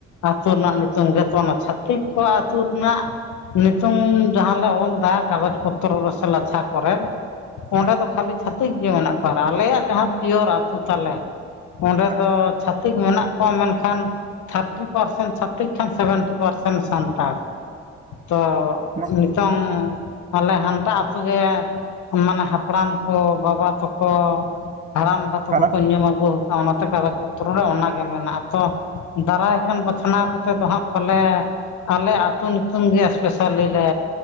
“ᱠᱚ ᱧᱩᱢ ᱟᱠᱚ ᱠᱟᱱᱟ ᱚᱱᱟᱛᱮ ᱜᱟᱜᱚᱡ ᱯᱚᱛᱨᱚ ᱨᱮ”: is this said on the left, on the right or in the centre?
Left